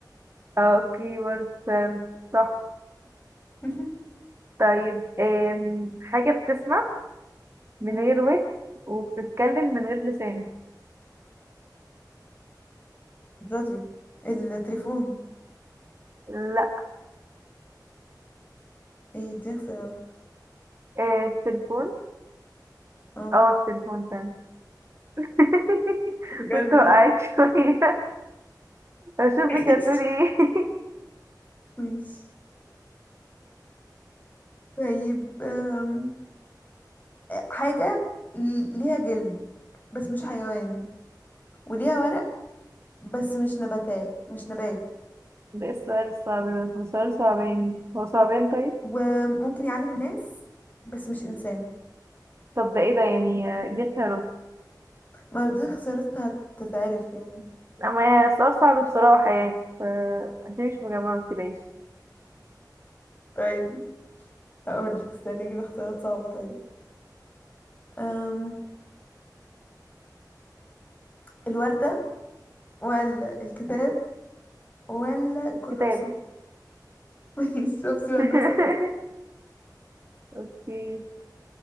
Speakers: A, on the right; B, on the left.
A: اوكي ورد آه، صح
B: <laughs>
A: طيب آم، حاجة بتسمع من
B: مم.
A: غير ود وبتتكلم من غير لسان
B: الراديو التليفون
A: لا
B: ايه دي اختيارات
A: آه التليفون
B: اه
A: اه التليفون فعلا <laughs>
B: بجد
A: كنت وقعت
B: <laughs>
A: شوية اشوفك
B: ماشي
A: هتقولي ايه <laughs>
B: ماشي طيب أم، حاجة ل- ليها جلد بس مش حيوان وليها ورق بس مش نباتات مش نبات
A: ده إيه السؤال الصعب ده ده سؤال صعباني هو صعبان طيب
B: وممكن يعلم الناس بس مش إنسان
A: طب ده ايه ده يعني آه، دي اختيارات
B: ما هو دي خسارتها هتتعرف يعني
A: اما يعني السؤال صعب بصراحة يعني ف انت مش مجمعة متلاقيش
B: طيب هقول لك استني اجيب اختيارات صعبة طيب أم... الوردة ولا الكتاب ولا الكراسة
A: كتاب
B: <laughs> شفتي بقى
A: <laughs>
B: الناس انا
A: اوكي